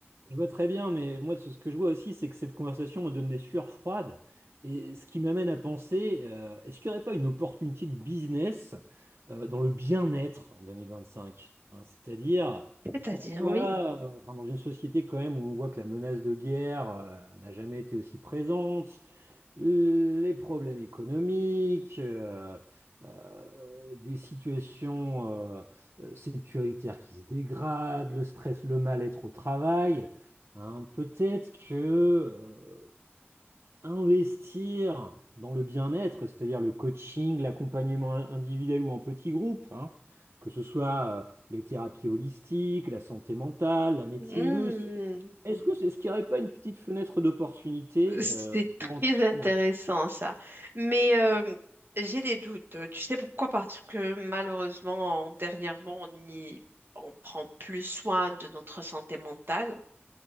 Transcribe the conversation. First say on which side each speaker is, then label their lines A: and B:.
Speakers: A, on the right (about 70°); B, on the right (about 55°).
A: Je vois très bien, mais moi, ce ce que je vois aussi, c'est que cette conversation me donne des sueurs froides. Et ce qui m'amène à penser, euh, est-ce qu'il n'y aurait pas une opportunité de business euh, dans le bien-être en 2025? hein, c'est-à-dire,
B: C'est-à-dire,
A: pourquoi,
B: oui.
A: euh, enfin, dans une société quand même où on voit que la menace de guerre euh, n'a jamais été aussi présente, les problèmes économiques, euh, euh, des situations euh, euh, sécuritaires qui se dégradent, le stress, le mal-être au travail, hein, peut-être que euh, investir dans le bien-être, c'est-à-dire le coaching, l'accompagnement individuel ou en petit groupe, hein, que ce soit euh, les thérapies holistiques, la santé mentale, la médecine
B: Hmm,
A: douce, est-ce que c'est, ce qu'il n'y aurait pas une petite fenêtre d'opportunité
B: c'est
A: euh,
B: très
A: pour entreprendre
B: intéressant ça. Mais euh, j'ai des doutes. Tu sais pourquoi? Parce que malheureusement, en- dernièrement, on y, on prend plus soin de notre santé mentale.